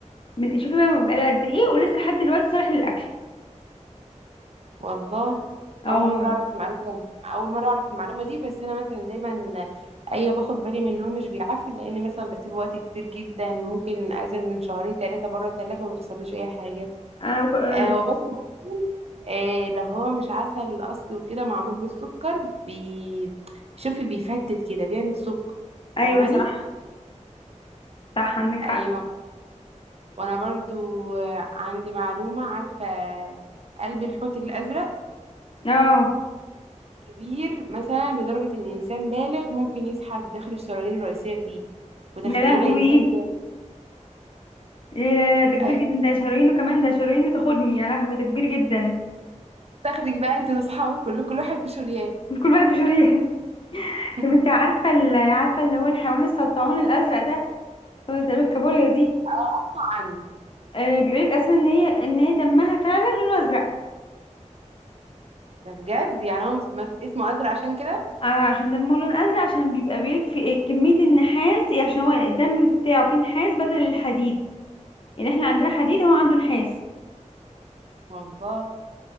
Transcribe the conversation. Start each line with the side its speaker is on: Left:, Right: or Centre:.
Left: من شوفي بقى بقاله قد ايه ولسه لحد دلوقتي صالح للاكل
Right: والله
Left: اه
Right: اول
Left: والله
Right: مره اعرف المعلومه اول مره اعرف المعلومه دي بس انا مثلا دايما ايوه باخد بالي من ان هو مش بيعفن لان مثلا بسيبه وقت كبير جدا ممكن اقعد من شهرين ثلاثه بره الثلاجه وما بيحصلوش اي حاجه
Left: انا بك... آه،
Right: آه وبس ممكن، آه لو هو مش عسل اصلي وكده معمول بالسكر بي شوفي بيفتت كده بيعمل سكر
Left: ايوه
Right: فاهماني
Left: صح صح عندك حق
Right: ايوه وانا برضو آه، عندي معلومه عارفه قلب الحوت الازرق
Left: اه
Right: كبير مثلا لدرجة إن إنسان بالغ ممكن يزحف داخل الشرايين الرئيسية فيه متخيلة
Left: يا لهوي
Right: إنسان كده
Left: إيه لا لا ده كبير
Right: أيوه
Left: جدا ده شهرين وكمان ده شهرين وتاخدني يا لهوي ده كبير جدا
Right: تاخدك بقى أنت وأصحابك كل كل واحد في شريان
Left: كل واحد بشهرين <laughs>
Right: <laughs>
Left: طب انت عارفه ال- عارفه اللي هو الحيوان السلطعون الازرق ده هو زي الكابوريا دي
Right: أه أسمع عنه
Left: آه بيقولك اصلا ان هي ان هي دمها فعلا لونه ازرق
Right: ده بجد يعني هو مس- مس- اسمه أزرق عشان كده
Left: آه عشان دمه لون ازرق عشان بيبقى بيقولك في إيه كميه النحاس يعني عشان هو الدم بتاعه فيه نحاس بدل الحديد يعني احنا عندنا حديد هو عنده نحاس
Right: والله